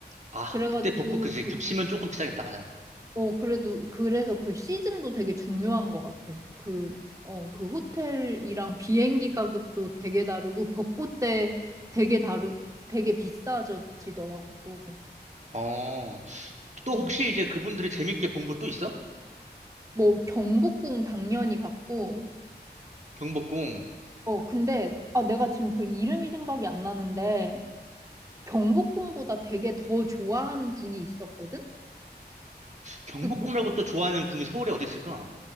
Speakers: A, on the right; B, on the right.
A: 아,
B: 그래가지고
A: 그때 복구 그지
B: 그-
A: 겹치면 조금 비싸겠다, 맞아.
B: 어, 그래도, 그래서 그 시즌도 되게 중요한 것 같아. 그, 어, 그 호텔이랑 비행기 가격도 되게 다르고, 벚꽃 때 되게 다르, 되게 비싸지더라고, 또.
A: 어, 또
B: 음.
A: 혹시 이제 그분들이 재밌게 본 곳 또 있어?
B: 뭐, 경복궁 당연히 갔고,
A: 경복궁.
B: 어, 근데, 아, 내가 지금 그 이름이 생각이 안 나는데, 경복궁보다 되게 더 좋아하는 궁이 있었거든?
A: 경복궁
B: 그,
A: 말고 또 좋아하는 궁이 서울에 어디 있을까?